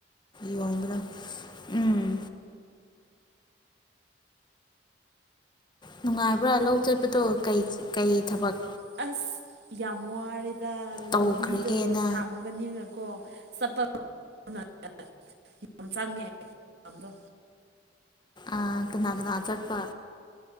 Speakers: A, on the left (about 25°); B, on the right (about 65°).
A: ꯌꯣꯟꯕꯗ ꯎꯝ ꯅꯨꯡꯉꯥꯏꯕ꯭ꯔꯥ ꯂꯧ ꯆꯠꯄꯗꯣ ꯀꯩ ꯀꯩ ꯊꯕꯛ
B: ꯑꯁ ꯌꯥꯝ ꯋꯥꯔꯦꯗ ꯂꯝꯕꯤꯗꯣ
A: ꯇꯧꯈ꯭ꯔꯒꯦꯅ
B: ꯁꯥꯡ ꯆꯪꯕꯅꯤꯅꯀꯣ ꯆꯠꯄ <unintelligible> ꯌꯥꯝ ꯆꯪꯉꯦ ꯑꯝꯗꯣ
A: ꯑꯥ ꯀꯅꯥ ꯀꯅꯥ ꯆꯠꯄ